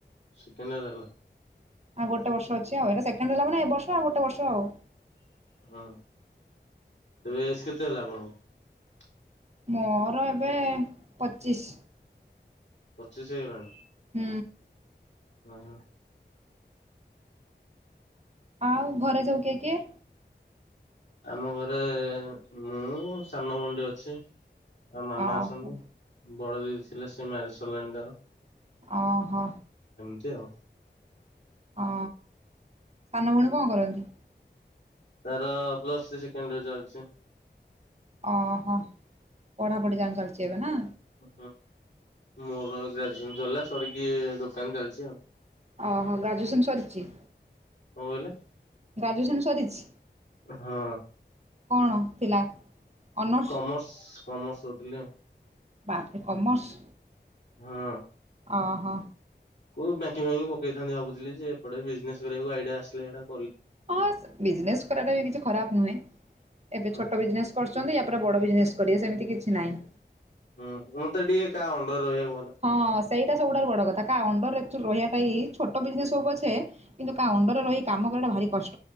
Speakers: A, on the left; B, on the right.
A: ସେକେଣ୍ଡ୍ ଇଅର୍ ହେଲା।
B: ଆଉ ଗୋଟେ ବର୍ଷ ଅଛି ଆଉ ଏଟା ସେକଣ୍ଡ ହେଲା ମାନେ ଏ ବର୍ଷ ଆଉ ଗୋଟେ ବର୍ଷ ଆଉ।
A: ହଁ ଏବେ ଏଜ୍ କେତେ ହେଲା ଆପଣଙ୍କୁ?
B: ମୋର ଏବେ ପଚିଶ।
A: ପଚିଶ ହେଇ ଗଲାଣି।
B: ହୁଁ।
A: ଅହଁ
B: ଆଉ ଘରେ ସବୁ କିଏ କିଏ?
A: ଆମ ଘରେ ମୁଁ ସାନ ଭୋଉଣୀଟେ ଅଛି। ଆଉ ମାମା
B: ଓହୋ।
A: ଅଛନ୍ତି ବଡ଼ ଦିଦି ଥିଲେ ସେ ମ୍ୟାରେଜ୍ ସରିଲାଣି ତାର।
B: ଅହ।
A: କି ଅ
B: ଅ ସାନ ଭୋଉଣୀ କଁ କରନ୍ତି?
A: ତାର ପ୍ଲସ୍ ଥ୍ରି ସେକେଣ୍ଡ୍ ଇଅର୍ ଚାଲଚି।
B: ଅହ ପଢ଼ାପଢି ଯାହେନେ ଚାଲଚି ଏବେ ନାଁ?
A: ହୁଁ ମୋର ଗ୍ରାଜୁଏସନ୍ ସରିଲା ସରିକି ଦୋକାନ ଚାଲଚି ଆଉ।
B: ଅ ହ ଗ୍ରାଜୁଏସନ୍ ସରିଚି?
A: କଁ କହିଲେ?
B: ଗ୍ରାଜୁଏସନ୍ ସରିଚି
A: ହଁ।
B: କଣ ଥିଲା? ଅନର୍ସ
A: କମର୍ସ କମର୍ସ କରିଥିଲି ହଁ।
B: ବାପରେ କମର୍ସ।
A: ହଁ।
B: ଅ ହ।
A: କୋଉ ବ୍ୟାଙ୍କିଙ୍ଗ ଫ୍ୟାଙ୍କିଂ ପକେଇଥାନ୍ତି ଭାବୁଥିଲି ଯେ ଏପଟେ ବିଜନେସ୍ କରିବାକୁ ଆଇଡ଼ିଆ ଆସିଲା ଇଆଡ଼େ ଆଉ
B: ଅସ୍ ବିଜନେସ୍ କରିବାଟା ବି କିଛି ଖରାପ ନୁହେଁ ଏବେ
A: ହଁ
B: ଛୋଟ ବିଜନେସ୍ କରୁ ଚନ୍ତି ୟାପରେ ବଡ଼ ବିଜନେସ୍ କରିବେ ସେମିତି କିଛି ନାହିଁ।
A: ହଁ ମତେ ଟିକେ କା ଅଣ୍ଡରରେ ରହିଆଉ
B: ହଁ ସେଇଟା ସବୁଠାରୁ ବଡ଼ କଥା କା ଅଣ୍ଡର୍ ରେ ଏକ୍ଚୁଲି ରହିଆଟା ହି ଛୋଟ ବିଜନେସ୍ ହୋଉ ପଛେ କିନ୍ତୁ ଅଣ୍ଡର୍ ରେ ରହି କାମ କରିଆଟା ଭାରି କଷ୍